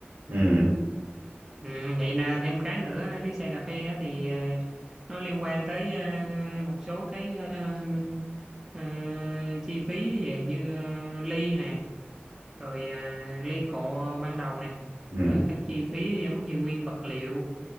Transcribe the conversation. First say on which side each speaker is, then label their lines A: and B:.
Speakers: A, on the right (about 50°); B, on the right (about 15°).
A: ừ,
B: Ừ, thì là thêm cái nữa cái xe cà phê á, thì ờ, nó liên quan tới ờ, một số cái ờ, ờ, chi phí về như ờ, ly nè rồi ờ, ly cọ ban đầu nè
A: ừ, ừ,
B: rồi các chi phí giống như nguyên vật liệu